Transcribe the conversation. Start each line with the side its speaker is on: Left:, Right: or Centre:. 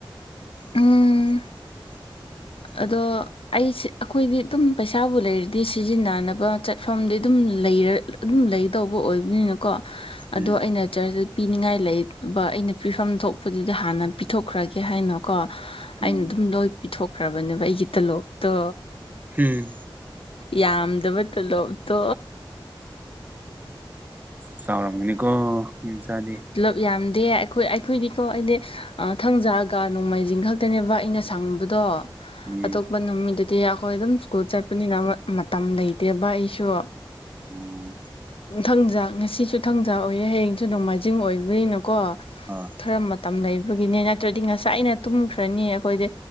Right: <unintelligible>
Left: ꯎꯝ ꯑꯗꯣ ꯑꯩꯁꯦ ꯑꯩꯈꯣꯏꯗꯤ ꯑꯗꯨꯝ ꯄꯩꯁꯥꯕꯨ ꯂꯩꯔꯗꯤ ꯁꯤꯖꯤꯟꯅꯅꯕ ꯆꯠꯐꯝꯗꯤ ꯑꯗꯨꯝ ꯂꯩꯔ ꯑꯗꯨꯝ ꯂꯩꯗꯧꯕ ꯑꯣꯏꯕꯅꯤꯅꯀꯣ ꯑꯗꯣ
Right: ꯎꯝ
Left: ꯑꯩꯅ ꯆꯔꯁ ꯄꯤꯅꯤꯡꯉꯥꯏ ꯂꯩꯕ ꯑꯩꯅ ꯄꯤꯐꯝ ꯊꯣꯛꯄꯗꯨꯗꯤ ꯍꯥꯟꯅ ꯄꯤꯊꯣꯛꯈ꯭ꯔꯒꯦ ꯍꯥꯏꯅ ꯀꯣ ꯑꯩꯅ
Right: ꯎꯝ
Left: ꯑꯗꯨꯝ ꯂꯣꯏ ꯄꯤꯊꯣꯛꯈ꯭ꯔꯕꯅꯦꯕ ꯑꯩꯒꯤ ꯇꯣꯂꯣꯞ ꯇꯣ
Right: ꯎꯝ
Left: ꯌꯥꯝꯗꯕ ꯇꯣꯂꯣꯞꯇꯣ
Right: ꯆꯥꯎꯔꯝꯅꯤꯀꯣ ꯃꯤ ꯃꯆꯥꯗꯤ
Left: ꯇꯨꯂꯣꯞ ꯌꯥꯝꯗꯦ ꯑꯩꯈꯣꯏ ꯑꯩꯈꯣꯏꯗꯤꯀꯣ ꯑꯩꯗꯤ ꯑꯥ ꯊꯪꯖꯒ ꯅꯣꯡꯃꯥꯏꯖꯤꯡ ꯈꯛꯇꯅꯦꯕ ꯑꯩꯅ ꯁꯪꯕꯗꯣ
Right: ꯎꯝ
Left: ꯑꯇꯣꯞꯄ ꯅꯨꯃꯤꯠꯇꯗꯤ ꯑꯩꯈꯣꯏ ꯑꯗꯨꯝ ꯏꯁꯀꯨꯜ ꯆꯠꯄꯅꯤꯅ ꯃꯇꯝ ꯂꯩꯇꯦꯕ ꯑꯩꯁꯨ
Right: ꯑꯣ
Left: ꯊꯥꯡꯖꯥ ꯉꯁꯤꯁꯨ ꯊꯥꯡꯖꯥ ꯑꯣꯏꯌꯦ ꯍꯌꯦꯡꯁꯨ ꯅꯨꯡꯃꯥꯏꯖꯤꯡ ꯖꯤꯡ ꯑꯣꯏꯕꯅꯤꯅꯀꯣ
Right: ꯑ
Left: ꯈꯔ ꯃꯇꯝ ꯂꯩꯕꯒꯤꯅꯦ ꯅꯠꯇ꯭ꯔꯗꯤ ꯉꯁꯥꯏꯅ ꯇꯨꯝꯈ꯭ꯔꯅꯤ ꯑꯩꯈꯣꯏꯗꯤ